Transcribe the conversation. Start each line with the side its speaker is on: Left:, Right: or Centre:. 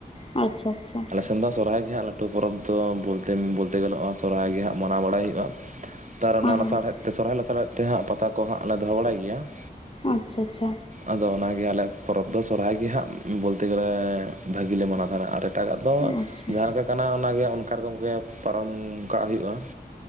Left: ᱟᱪᱷᱟ ᱟᱪᱷᱟ,
Right: ᱫᱚ ᱥᱚᱨᱦᱟᱭ ᱜᱮ ᱦᱟᱸᱜ ᱞᱟᱹᱴᱩ ᱯᱚᱨᱚᱵᱽ ᱫᱚ ᱵᱳᱞᱛᱮ ᱵᱳᱞᱛᱮ ᱥᱚᱨᱦᱟᱭ ᱜᱮ ᱦᱟᱸᱜ ᱢᱟᱱᱟᱣ ᱵᱟᱲᱟᱭ ᱦᱯᱭᱳᱜᱼᱟ ᱾ ᱛᱟᱨ ᱚᱱᱟ
Left: ᱦᱮᱸ
Right: ᱞᱟᱥᱟᱲᱦᱮᱫ ᱛᱮ ᱥᱚᱨᱦᱟᱭ ᱞᱟᱥᱟᱲᱦᱮᱫ ᱛᱮ ᱦᱟᱸᱜ ᱯᱟᱛᱟ ᱠᱚ ᱦᱟᱸᱜ ᱞᱮ ᱫᱚ ᱦᱚᱸ ᱵᱟᱲᱟᱭ ᱜᱮᱭᱟ ᱾
Left: ᱟᱪᱷᱟ ᱟᱪᱷᱟ,
Right: ᱟᱫᱚ ᱚᱱᱟ ᱜᱮ ᱟᱞᱮ ᱯᱚᱨᱚᱵᱽ ᱫᱚ ᱥᱚᱨᱦᱟᱭ ᱜᱮ ᱦᱟᱸᱜ ᱵᱳᱞᱛᱮ ᱜᱮᱞᱮ ᱵᱷᱟᱹᱜᱤᱞᱮ ᱢᱟᱱᱟᱣ ᱛᱟᱦᱮᱱᱟ ᱟᱨ ᱮᱴᱟᱜᱟᱜ ᱫᱚ
Left: ᱟᱪᱪᱷᱟ
Right: ᱡᱟᱦᱟᱸ ᱞᱮᱠᱟ ᱠᱟᱱᱟ ᱚᱱᱟᱜᱮ ᱚᱱᱠᱟ ᱨᱚᱝ ᱜᱮ ᱯᱟᱨᱚᱢ ᱠᱟᱜ ᱦᱩᱭᱩᱜᱼᱟ ᱾